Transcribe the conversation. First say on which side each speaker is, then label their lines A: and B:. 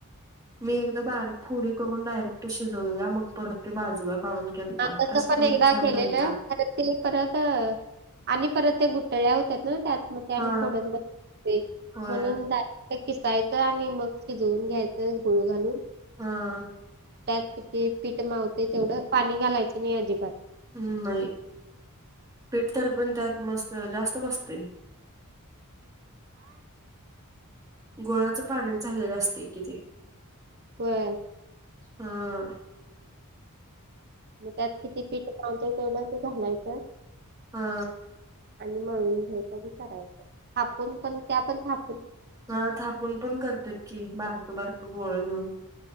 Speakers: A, on the right (about 15°); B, on the right (about 45°).
A: मी एकदा बारीक फोडी करून डायरेक्ट शिजवलेला मग परत ते बाजूला काढून, केलता
B: हां तच
A: तसं
B: पण एकदा
A: छान
B: केलेलं
A: झालता
B: <unintelligible> ते परत आणि परत त्या गुठळ्या होत्या ना? त्यात मग ते आणि
A: हा
B: फोडत बसतय
A: होय
B: म्हणून <unintelligible> ते खिसायचं आणि मग शिजवून घ्यायचं गुळ घालून,
A: हां...
B: त्यात किती पीठ मावते तेवढं पाणी घालायचं नाही अजिबात.
A: हम् बई पीठ तर पण त्यात मस्त जास्त बसतंय. गुळाचं पाणीच झालेलं असतयं कि ते,
B: होय
A: हं....
B: मग त्यात किती पीठ मावतय तेवढं ते घालायचं.
A: हा
B: आणि मळून घ्यायच आणि करायचं थापून पण त्या पण था
A: ह थापून पण करतात कि, बारकं- बारकं गोळं घेऊन.